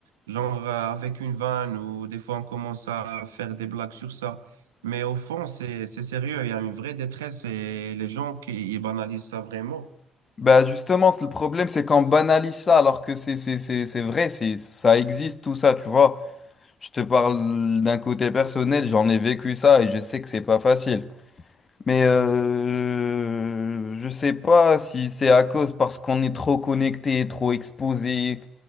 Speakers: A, on the right; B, on the left.
A: Genre euh, avec une vanne ou des fois on commence à faire des blagues sur ça. Mais au fond, c'est, c'est sérieux, il y a une vraie détresse et les gens qui ils banalisent ça vraiment.
B: Bah justement, c'est le problème, c'est qu'on banalise ça alors que c'est c'est- c'est- c'est vrai, c'est, ça existe tout ça, tu vois. Je te parle d'un côté personnel, j'en ai vécu ça et je sais que c'est pas facile. Mais euh, je sais pas si c'est à cause parce qu'on est trop connecté, trop exposé,